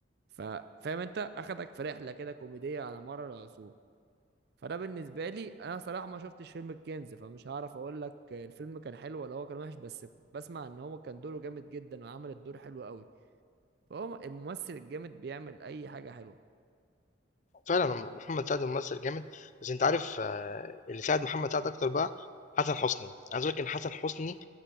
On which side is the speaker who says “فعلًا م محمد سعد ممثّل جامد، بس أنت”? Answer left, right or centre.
Left